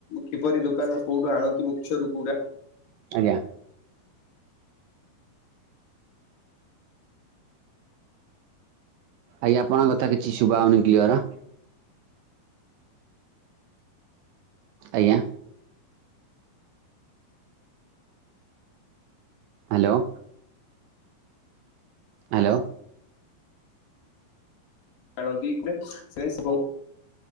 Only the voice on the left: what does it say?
କିପରି ଦୋକାନ କୋଉଠୁ ଆଣନ୍ତି ମୁଖ୍ୟରୁ କୋଉଠା
ଆାଣନ୍ତି <unintelligible> ସେ ପାଇଁ ସେ ବହୁତ୍